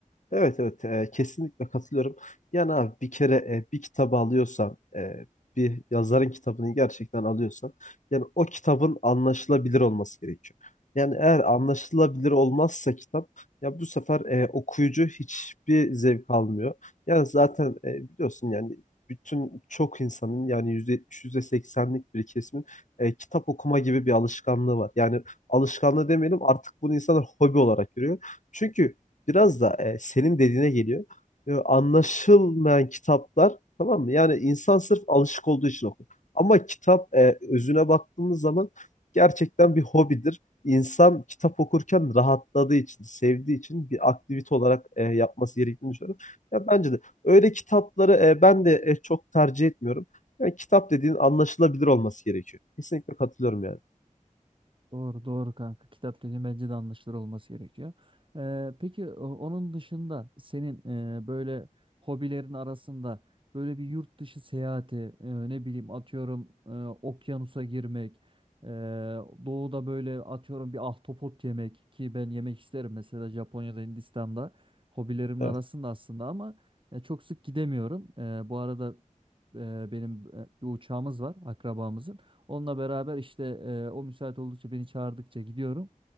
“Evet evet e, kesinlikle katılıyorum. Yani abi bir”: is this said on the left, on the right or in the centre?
Left